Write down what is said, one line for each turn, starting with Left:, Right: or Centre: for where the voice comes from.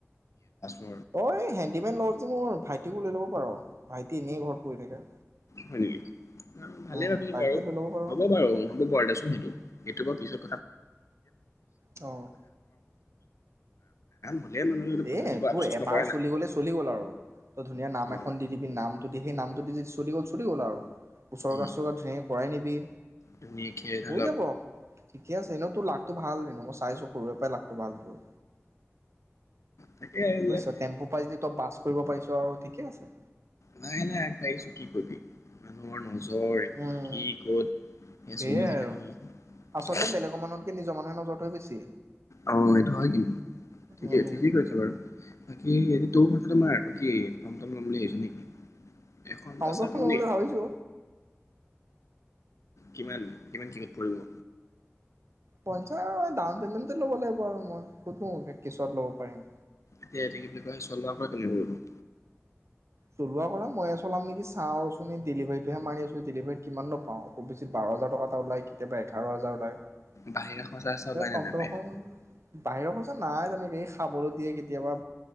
Left: <unintelligible>
Right: এই হেণ্ডিমেন লৱ যদি মোৰ ভাইটিকো লৈ ল'ব পাৰ, ভাইটি এনেই ঘৰত পৰি থাকে।
Left: হয় নেকি? ভালে
Right: উম
Left: ভাবিছ,
Right: তাকে
Left: বাৰু
Right: লৈ ল'ব পাৰ।
Left: হ'ব, বাৰু হ'ব বাৰু দেচোন সেইটো সটো বাৰু পিছত <unintelligible>
Right: অ',
Left: <unintelligible> <unintelligible> পইচা
Right: এ
Left: দিব আফচোচ
Right: তোৰ এবাৰ
Left: নকৰে না
Right: চলি গলে চলি গ'ল আৰু, তই ধুনীয়া নাম
Left: অ',
Right: এখন দি দিবি নাম তদি সেই নামটো যদি চলি গ'ল, চলি গ'ল আৰু, উৰ্ছগা
Left: উম,
Right: চুৰ্ছগা ধুনীয়াকে কৰাই নিবি,
Left: ধুনীয়াকে ধৰি
Right: হৈ
Left: লওক
Right: যাব, ঠিকে আছে এনেও তোৰ লাকটো ভাল। নমস্কাৰ চাইছো সৰুৰে পৰাই লাগতো ভাল তোৰ
Left: তাকে এইবিলাক
Right: বুজছ টেম্পু পাই য ত বাছ কৰিব পাৰিছো আৰু ঠিকে আছে
Left: লাহে লাহ আগবাঢ়িছো কি কবি মানুহৰ নজৰ
Right: উম,
Left: কি কত এ
Right: সেয়াই
Left: চলি থাকে
Right: আৰু
Left: নহয়
Right: আচলতে বেলেগৰ মানুহতকে নিজৰ মানুৰ নজৰটো বেচি
Left: অ এইটো হয় কিন্তু ঠিকেই
Right: উম।
Left: ঠিকেই কৈছে বাৰু বাকী এই তোৰ মাথাটো আগতেই টমটম লম বুলি আহিছো নেকি এখন
Right: আওত
Left: বাছ
Right: শ
Left: কিমান
Right: লম বুলি ভাবিছো
Left: কিমান কিমান সিনি পৰিব
Right: পইচা ডাউন পেমেন্তে ল'ব লাগিব আৰু মই কতনো কেছত ল'ব পাৰিম
Left: এতিয়াএটি কি বুলি কয় চনদাৰ পৰা কুলি কৰিবব
Right: চলোৱা কৰা মইযে চলাম নেকি চাওঁ ৰচোন ডেলিভাৰীটোহে মাৰি আছো ডেলিভাৰীত কিমানো পাওঁ খুববেছি বাৰ হাজৰ টকা এটা ওলাই কেতিয়াবা এঘাৰ হাজাৰ ওলায় এতিয়া
Left: বাহিৰা খৰচা চৰচা ওলাই নে
Right: তম
Left: নাই
Right: তম
Left: বাহিৰা
Right: খন বাহিৰৰ যে নাই তেনেকে স খাবলৈ দিয়ে কেতিয়াবা